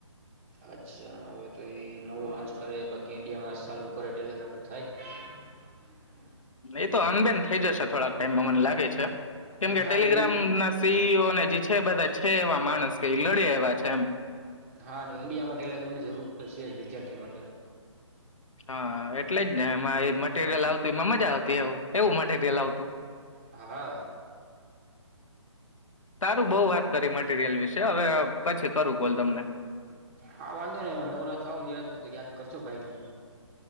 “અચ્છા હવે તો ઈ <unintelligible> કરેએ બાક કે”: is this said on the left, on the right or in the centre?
Right